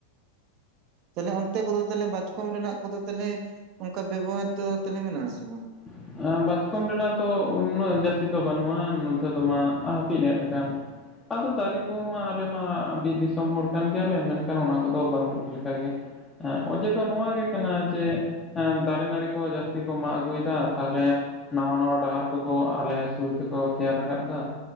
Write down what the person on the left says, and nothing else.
<unintelligible> ᱵᱟᱪᱠᱚᱢ ᱨᱮᱱᱟᱜ ᱫᱚ ᱩᱱᱟᱹᱜ ᱡᱟᱹᱥᱛᱤ ᱫᱚ ᱵᱟᱹᱱᱩᱜᱼᱟ ᱱᱚᱛᱮ ᱫᱚ ᱢᱟ ᱦᱟᱹᱯᱤᱫ ᱮᱜ ᱠᱟᱱ᱾ ᱟᱫᱚ ᱫᱟᱨᱤ ᱠᱚᱢᱟ ᱟᱞᱮ ᱢᱟ ᱵᱤᱨ ᱫᱤᱥᱚᱢ ᱦᱚᱲ ᱠᱟᱱ ᱜᱮᱭᱟᱞᱮ ᱢᱮᱱᱠᱷᱟᱱ ᱚᱱᱟ ᱠᱚᱫᱚ ᱵᱟᱹᱱᱩᱜ ᱞᱮᱠᱟᱜ ᱜᱮ᱾ ᱦᱮᱸ ᱚᱡᱮ ᱫᱚ ᱱᱚᱣᱟ ᱜᱮ ᱠᱟᱱᱟ ᱡᱮ ᱫᱟᱨᱮ ᱱᱟᱹᱲᱤ ᱠᱚ ᱡᱟᱹᱥᱛᱤ ᱠᱚ ᱢᱟᱜ ᱟᱹᱜᱩᱭᱮᱫᱼᱟ <unintelligible> ᱛᱟᱦᱚᱞᱮ ᱱᱟᱣᱟ ᱱᱟᱣᱟ ᱰᱟᱦᱟᱨ ᱠᱚᱠᱚ ᱟᱞᱮ ᱥᱩᱨ ᱛᱮᱠᱚ ᱛᱮᱭᱟᱨ ᱨᱟᱠᱟᱜᱫᱼᱟ᱾